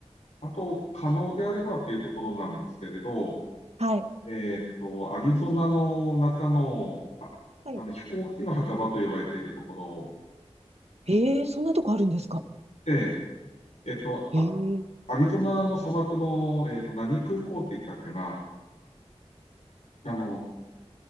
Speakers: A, on the left (about 80°); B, on the right (about 65°).
A: あと、可能であればっていうところなんですけれど、
B: はい。
A: えっと、アリゾナの中の、ああの、
B: はい。
A: 飛行機の墓場と呼ばれているところ
B: ええそんなとこあるんですか
A: で、えっと、ア
B: ええ
A: アリゾナの砂漠の、えっと、何空港って言ったっけな、あの、